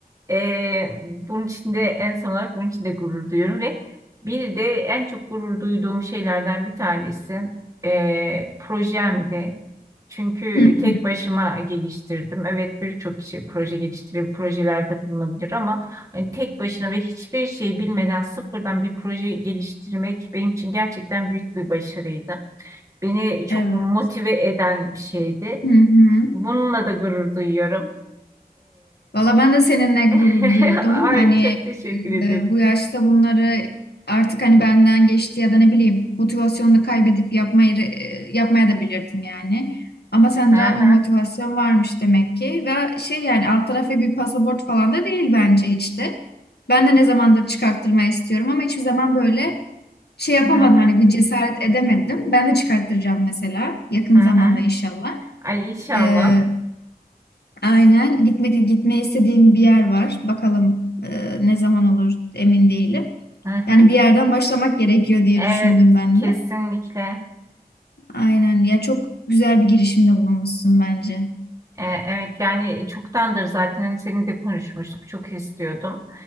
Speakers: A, on the right; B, on the left.
A: Ee, bunun için de en son olarak bunun için de gurur duyuyorum ve bir de en çok gurur duyduğum şeylerden bir tanesi ee, projemdi. Çünkü
B: Hı
A: tek
B: hı.
A: başıma geliştirdim. Evet birçok kişi proje geliştirebilir, projelerde bulunabilir ama hani tek başına ve hiçbir şey bilmeden sıfırdan bir proje geliştirmek benim için gerçekten büyük bir başarıydı. Beni çok
B: Evet.
A: motive eden bir şeydi.
B: Hı hı.
A: Bununla da gurur duyuyorum.
B: Valla ben de seninle gurur
A: <laughs>
B: duydum.
A: Ay
B: Hani
A: çok teşekkür ederim.
B: e, bu yaşta bunları artık hani benden geçti ya da ne bileyim motivasyonunu kaybedip yapmayı e, yapmaya da bilirdin yani. Ama sende
A: Hı hı,
B: o motivasyon varmış demek ki. Ve şey yani alt tarafı bir pasaport falan da değil bence hiç de. Ben de ne zamandır çıkarttırmayı istiyorum ama hiçbir zaman böyle şey yapamadım
A: hı hı,
B: hani bir cesaret edemedim. Ben de çıkarttıracağım mesela yakın
A: hı hı.
B: zamanda inşallah.
A: Ay inşallah.
B: E, Aynen. Gitmek gitmeyi istediğim bir yer var. Bakalım e, ne zaman olur emin değilim.
A: Hı hı.
B: Yani bir yerden başlamak gerekiyor diye
A: Evet,
B: düşündüm ben
A: kesinlikle.
B: de. Aynen. Ya çok güzel bir girişimde bulunmuşsun bence.
A: E, Evet yani çoktandır zaten hani seninle de konuşmuştuk çok istiyordum.